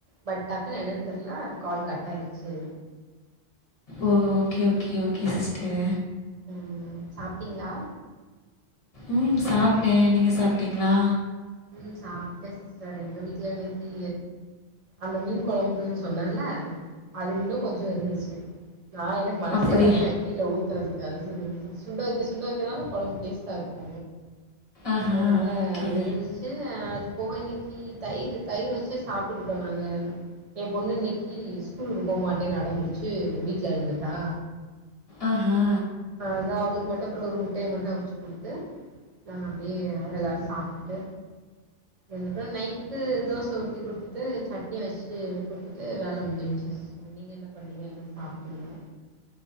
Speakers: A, on the right (about 40°); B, on the left (about 35°).
A: பட் டக்குனு என்னன் தெர்ல கால் கட் ஆயிருச்சு
B: ஓ ஓகே ஓகே ஓகே சிஸ்டர்
A: ம் சாப்ட்டீங்ளா
B: ம் சாப்ட்டே நீங்க சாப்ட்டீங்ளா
A: ம் சாப்ட்டே சிஸ்டர் எங்க வீட்ல இன்னைக்கி அந்த மீன் குழம்பு சொன்னல்ல அது இன்னு கொஞ்ச இருந்துச்சு நா எனக் மனசே
B: அப்படி
A: வல்ல கீழே ஊத்துறதுக்கு அதுவு சுண்ட வைக்க சுண்ட வைக்கதானா குழம்பு டேஸ்ட்டாருக்கு
B: ஆஹா
A: அதனால
B: ஓகே
A: அது இருந்துச்சு அது போக இன்னைக்கு தயிர் தயிர் வச்சு சாப்ட்டுக்ட்டோ நாங்க ஏ பொண்ணு இன்னைக்கு ஸ்கூலுக்கு போகமாட்டேனு அடம்புடிச்சு வீட்ல இருந்துட்டா
B: ஆஹா
A: அதா அவங்ளுக் மட்டு ப்ரோ ஒரு முட்டையை மட்டு அவ்ச்சு குடுத்து நாங்க அப்டியே எல்லாரு சாப்ட்டுட்டு அது தா நைட்டுக்கு தோசை ஊத்தி குடுத்துட்டு சட்னி வெச்சு குடுத்துட்டு வேல முடிஞ்ன்ச்சு நீங்க என்ன பண்ணீங்க என்ன சாப்ட்டீங்க